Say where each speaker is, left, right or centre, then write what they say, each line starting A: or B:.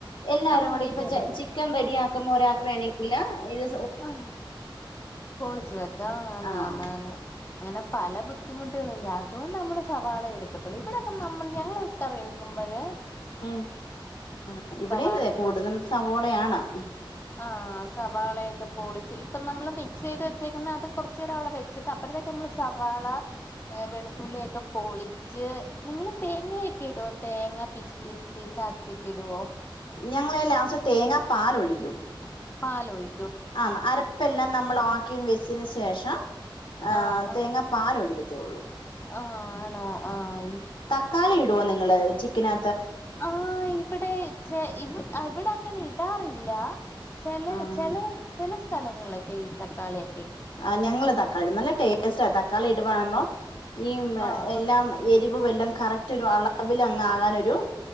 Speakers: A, on the left; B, on the left.
A: എല്ലാരൂടി
B: ആ അതന്നെ
A: ഇപ്പ ചെ ചിക്കൻ റെഡി ആക്കുമ്പോ ഒരാൾക്ക് വേണെങ്കി ഇല്ല എഴു
B: ആ പൊളിച്ചു വെക്കാം
A: ആഹ്
B: നനനാ അങ്ങനെ പല ബുദ്ധിമുട്ട് കളില്ലേ അതുകൊണ്ട് നമ്മള് സവാള എടുക്കത്തുള്ളൂ ഇവിടെൊക്കെ നമ്മൾ ഞങ്ങൾ കറിവെക്കുമ്പഴ്
A: ആം ആ ഇവിടേം
B: സവാളയൊക്കെ
A: കൂടുതലും സവോളയാണ്
B: ആ സവാളയൊക്കെ പൊളിച്ച് ഇപ്പൊ നമ്മള് മിക്സ്യ്ത് വെച്ചേക്കുന്ന അത് കുറച്ചു നേരം അവിടെ വെച്ചിട്ട് അപ്പഴത്തേക്ക് നമ്മള് സവാള ഏ വെളുത്തുള്ളിയൊക്കെ പൊളി <unintelligible> നിങ്ങള് തേങ്ങയൊക്കെ ഇടോ തേങ്ങ പീസ് പീസ് പീസ് ആക്കിട്ട് ഇടുവോ
A: ഞങ്ങളെ ലാസ്റ്റ് തേങ്ങാ പാല് ഒഴിക്കും
B: പാലൊഴി
A: ആം അരപ്പെല്ലാം നമ്മൾ ആക്കി വെച്ചന് ശേഷം ആ
B: ആഹ് ആഹ്
A: തേങ്ങാ പാല് ഒഴിക്കത്തെയുള്ളൂ
B: ആഹ് ആണോ ആഹ്
A: തക്കാളി ഇടുവോ നിങ്ങള് ചിക്കനാ
B: ആ ഇവിടെ ചെ ഇവി അവിടെ അങ്ങനെ ഇടാറില്ല ചെല
A: ആഹ്
B: ചെല ചെല സ് സ്ഥലങ്ങളിലൊക്കെ ഈ തക്കാളി
A: ആ ഞങ്ങള് താ <unintelligible> നല്ല ടേസ്റ്റാ തക്കാളി ഇടുവാമ്പം ഈം
B: ആഹ്
A: എല്ലാം
B: ആഹ്
A: എരിവുവെല്ലാം കറക്റ്റ് റ്റൊരു അളവിൽ അങ്ങ് ആകാനൊരു